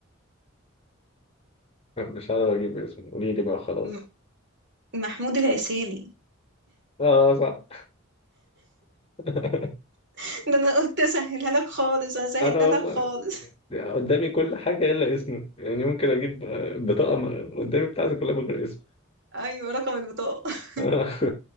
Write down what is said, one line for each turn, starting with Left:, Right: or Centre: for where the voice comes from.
Left: مش عارف اجيب اسمه قولي لي بقى خلاص
Right: م- محمود العسيلي
Left: اه صح <laughs>
Right: <laughs> ده انا قلت اسهلها لك خالص انا سهلتها
Left: انا والله
Right: لك خالص <laughs>
Left: قدامي كل حاجه الا اسمه يعني ممكن اجيب بطاقه قدامي بتاعتي كلها من غير اسم
Right: ايوه رقم البطاقة <laughs>
Left: آه.